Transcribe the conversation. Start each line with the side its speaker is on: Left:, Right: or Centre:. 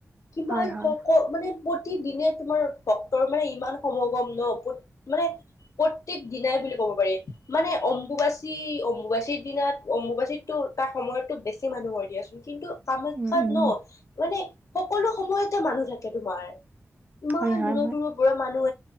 Left: কিমান
Right: হয় হয়
Left: সকল মানে প্ৰতিদিনে তোমাৰ ভক্তৰ মানে ইমান সমাগম ন, মানে প্ৰত্যেক দিনাই বুলি ক'ব পাৰি মানে অম্বুবাচী, অম্বুবাচীৰ দিনাত অম্বুবাচীতো তাৰ সময়তটো বেছি মানুহ দিয়াচোন কিন্তু কামাখ্যাত
Right: উম উম
Left: ন মানে সকলো সময়তে মানুহ থাকে তোমাৰ। ইমান
Right: হয় হয়
Left: দূৰৰ
Right: হয়
Left: দূৰৰ পৰা মানুহ